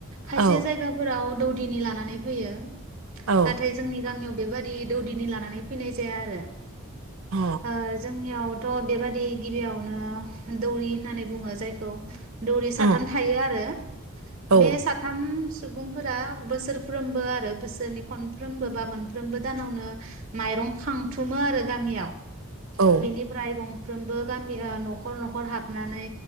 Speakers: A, on the right; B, on the right.
A: खायसे
B: औ
A: जायगाफोराव दौ दिनि लानानै फैयो। नाथाय
B: औ
A: जोंनि, गामियाव बेबादि दौदिनि लानानै फैनाय जाया आरो।
B: अ
A: हो जोंनियाव थ' बेबादि गिबियावनो दौरि होननानै बुङो जायखौ, दौरि
B: उम
A: साथाम थायो आरो
B: औ
A: बे साथाम सुबुंफोरा बोसोरफ्रोमबो आरो बोसोरनि खनफ्रोमबो बा मोनफ्रोमबो दानावनो माइरं खांथुमो आरो गामियाव।
B: औ
A: बेनि फ्राय गं फ्रोमबो गामि ओ-नखर नखर हाबनानै